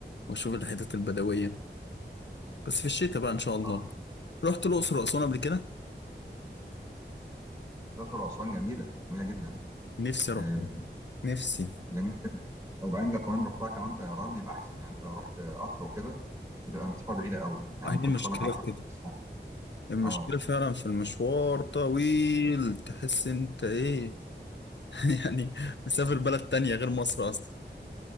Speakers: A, on the left; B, on the right.
A: وأشوف الحتت البدوية بس في الشتاء بقى إن شاء الله
B: اه
A: رحت الأقصر وأسوان قبل كده
B: الاقصر واسوان جميله جميله جدا
A: نفسي
B: آه
A: أروح نفسي
B: جميل وبعدين لو كمان رحتها كمان طيران يبقى احسن يعني انت لو رحت قطر وكده بتبقى مسافه بعيده قوي يعني
A: هي
B: ممكن
A: المشكلة
B: تاخد لك 10
A: في كده
B: ساعه
A: المشكلة
B: اه
A: فعلا في المشوار طويل تحس أنت إيه <laughs> يعني مسافر بلد تانية غير مصر أصلا